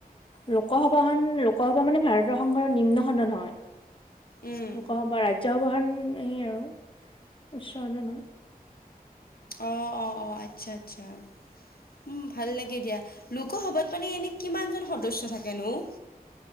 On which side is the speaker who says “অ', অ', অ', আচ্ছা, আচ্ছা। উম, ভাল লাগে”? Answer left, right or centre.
Left